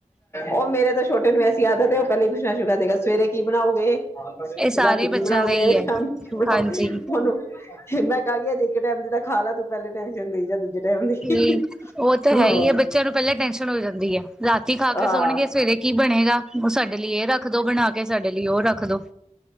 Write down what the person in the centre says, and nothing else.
ਇਹ ਸਾਰੇ
ਬੱਚਿਆਂ
ਦਾ ਹੀ ਹੈ
ਹਾਂਜੀ
ਨਈ ਓ ਤਾ
ਹੈ ਈ ਐ, ਬ ਚਿਆਂ ਨੂੰ ਪੈਲੇ ਟੈਸ਼ਨ ਹੋ ਜਾਂਦੀ ਐ ਰਾਤੀ ਖਾ ਕੇ
ਸੋਣਗੇ ਸਵੇਰੇ ਕੀ ਬਣੇਗਾ? ਓ ਸਾਡੇ ਲੀ ਏ ਰੱਖਦੋ ਬਣਾ ਕੇ, ਸਾਡੇ ਲੀ ਓ ਰੱਖਦੋ।